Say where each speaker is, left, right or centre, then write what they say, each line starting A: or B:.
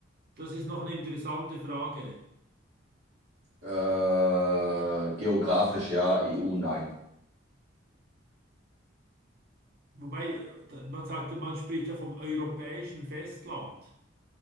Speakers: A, on the right; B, on the right.
A: Das ist noch eine interessante Frage.
B: Äh, geografisch ja, EU nein.
A: Wobei, äh, da- man sagt, man spricht ja vom europäischen Festland.